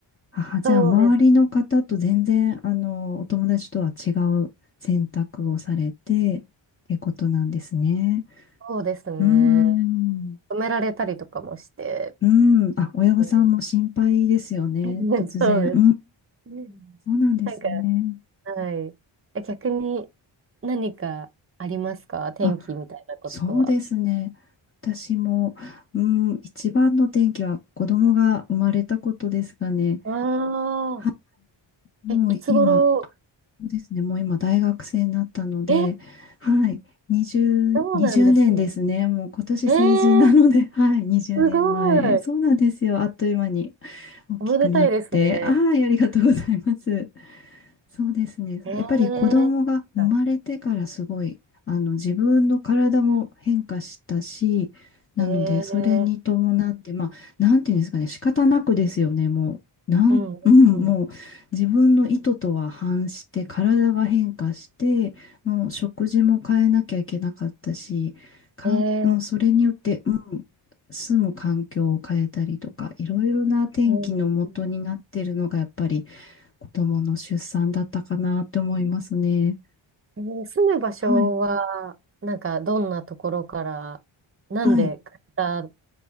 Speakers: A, on the left; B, on the right.
A: あ、じゃあ、
B: そうです、
A: 周りの方と全然、あの、お友達とは違う選択をされて、ってことなんですね。
B: そうですね。
A: うん。
B: 止められたりとかもして、
A: うん。あ、親御さんも心配ですよね。
B: うん <laughs>
A: 突然。
B: そうです。
A: うん。
B: うんなんか
A: そうなんですね。
B: はい。え、逆に何かありますか天気みたいなことは。
A: あそうですね。私も、うん、一番の転機は子供が生まれたことですかね。
B: あ
A: は
B: あ、
A: い、もう今、
B: え、いつ頃、
A: そうですね。もう今大学生になったので、
B: え、
A: はい、20、
B: そうなんですね。
A: 20年ですね。もう今年成人なので、
B: えー、
A: <laughs> はい、20年前。
B: すごい。
A: そうなんですよ。あっという間に大きくなって。
B: おめでたいですね。
A: ああ、ありがとうございます。そうですね。
B: えー、
A: やっぱり子供が生まれてからすごい、
B: そっか。
A: あの、自分の体も変化したし、なので、
B: えー、
A: それに伴って、まあ、なんていうんですかね、仕方なくですよね、もう。なん、
B: うん、
A: うん、
B: うん。
A: も自分の意図とは反して体が変化して、もう食事も変えなきゃいけなかったし、かん、
B: えー、
A: うん、それによって、うん、住む環境を変えたりとか、いろいろな天気の元になってるのがやっぱり
B: えー
A: 子供の出産だったかなって思いますね。
B: えー住む場所は、
A: はい。
B: なんか、どんなところから、なんで買った
A: はい。